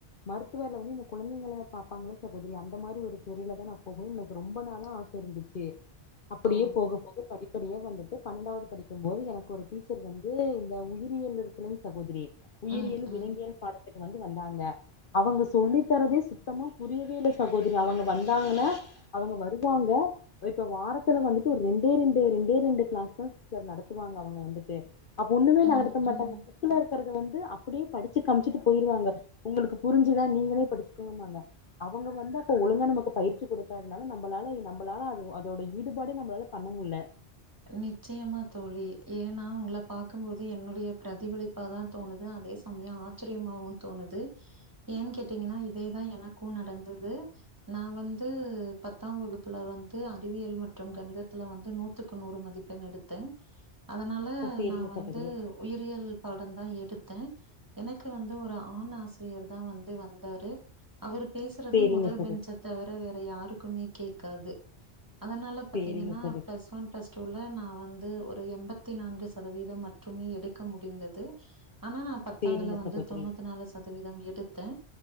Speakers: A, on the left; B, on the right.
A: மருத்துவர்ல வந்து இந்த குழந்தைங்கள பாப்பாங்களே சகோதரி அந்த மாரி ஒரு துறைலதா நா போகணு எனக்கு ரொம்ப நாளா ஆ ச இருந்துச்சு அப்படியே
B: ஓ!
A: போக போக படிப் அப்படியே வந்துட்டு பன்னெண்டாவது படிக்கும்போது எனக்கு ஒரு டீச்சர் வந்து இந்த உயிரியல் இருக்குல்லங் சகோதரி உயிரியல்
B: ம், ம்,
A: விலங்கியல் பாடத்துக்கு வந்து வந்தாங்க அவங்க சொல்லி தர்ரதே சுத்தமா புரியவே இல்ல சகோதரி அவங்க வந்தாங்கன்னா அவங்க வரும் வாங்க இப்ப வாரத்துல வந்துட்டு ஒரு ரெண்ட ரெண்டு ரெண்டே ரெண்டு கிளாஸ்தா சிஸ்டர் நடத்துவாங்க அவங்க வந்துட்டு அப்ப ஒண்ணுமே
B: ம்,
A: நடத்த மாட்டாங்க
B: ம்.
A: புக்குல இருக்கிறத வந்து அப்படியே படிச்சு காமிச்சுட்டு போயிருவாங்க உங்களுக்கு புரிஞ்சுதா நீங்களே படிச்சுக்கோங்கம்பாங்க அவங்க வந்து அப்ப ஒழுங்கா நமக்கு பயிற்சி கொடுக்காதுனால நம்மளால நம்பளால அது அதோட ஈடுபாடு நம்பளால பண்ணமுல
B: நிச்சயமா தோழி ஏனா உங்கள பாக்கும்போது என்னுடைய பிரதிபலிப்பாதா தோணுது அதே சமயோ ஆச்சரியமாவு தோணுது ஏன் கேட்டீங்கன்னா இதேதா எனக்கு நடந்தது நா வந்து பத்தாம் வகுப்புல வந்து அறிவியல் மற்றும் கணிதத்துல வந்து நூத் துக்கு நூறு மதிப்பெண் எடுத்த அதனால
A: சேரிங்க
B: நா வந்து
A: சகோதரி
B: உயிரியல் பாடந் தா எடுத்த எனக்கு வந்து ஒரு ஆண் ஆசிரியர் தா வந்து வந்தாரு அவர் பேசுறது
A: சேரிங்க
B: முதல்
A: சகோ
B: பெஞ்ச தவிர வேற யாருக்குமே கேக்காது அதனால பாத்தீங்கன்னா
A: சேரிங்க சகோ
B: ப்ளஸ் ப்ளஸ் டூ ல நா வந்து ஒரு எம்பத்தி நான்கு சதவீதம் மட்டுமே எடுக்க முடிந்தது ஆனா நா பத்தாதுல
A: சேரிங்க
B: வந்து
A: சகோதரி
B: தொண்ணூத்து நாலு சதவீதம் எடுத்த